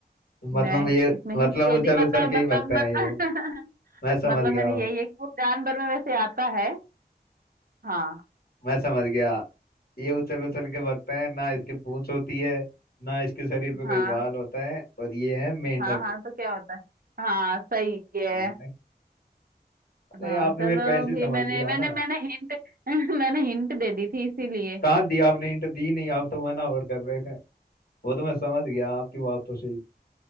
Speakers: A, on the left (about 60°); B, on the right (about 60°).
A: मतलब
B: मैं
A: ये
B: इसमें
A: मतलब
B: हिंट दे
A: उछल
B: दी मतलब
A: उछल के ही
B: मतलब
A: भगता
B: मतलब
A: है ये
B: <laughs>
A: मैं समझ
B: मतलब
A: गया
B: मैंने
A: हूँ,
B: यही है कि वो जानवर में वैसे आता है हाँ
A: मैं समझ गया ये उछल उछल के भगता है ना इसके पूंछ होती है ना इसके शरीर पे कोई
B: हाँ
A: बाल होता है और ये है मेंढक
B: हाँ हाँ तो क्या होता है हाँ सही है
A: मेंढक अरे
B: हाँ
A: आपने
B: चलो
A: मेरे को ऐसे ही
B: भी
A: समझ
B: मैंने
A: लिया
B: मैंने
A: ना
B: मैंने हिंट <laughs> मैंने हिंट दे दी थी इसीलिए
A: कहाँ दी आपने हिंट दी नहीं आप तो मना और कर रहे थे वो तो मैं समझ गया आपकी बात तो सही